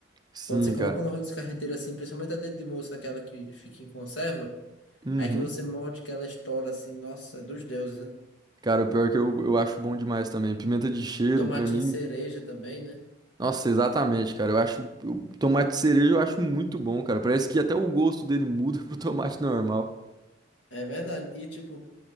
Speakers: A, on the right; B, on the left.
A: Sim,
B: Quando você coloca
A: cara.
B: no arroz de carreteiro assim, principalmente a dedo de moça, aquela que fica em conserva,
A: Uhum.
B: aí que você morde que ela estoura assim, nossa, é dos deuses, né?
A: Cara, o pior é que eu, eu acho bom demais também. Pimenta de cheiro,
B: Tomatinho
A: pra mim,
B: cereja também, né?
A: nossa, exatamente, cara. Eu acho, eu- tomate cereja eu acho muito bom, cara. Parece que até o gosto dele muda <laughs> pro tomate normal.
B: É verdade. E tipo,